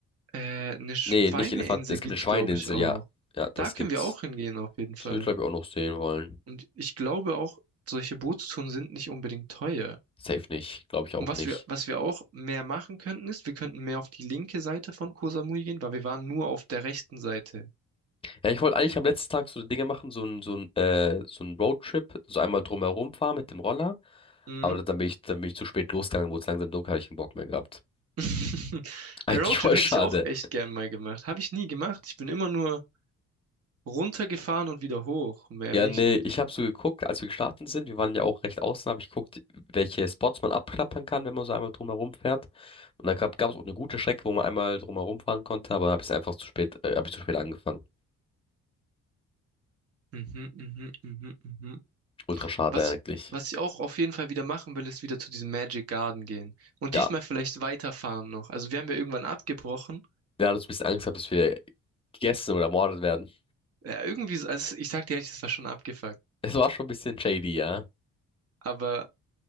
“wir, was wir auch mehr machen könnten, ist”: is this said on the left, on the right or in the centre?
Right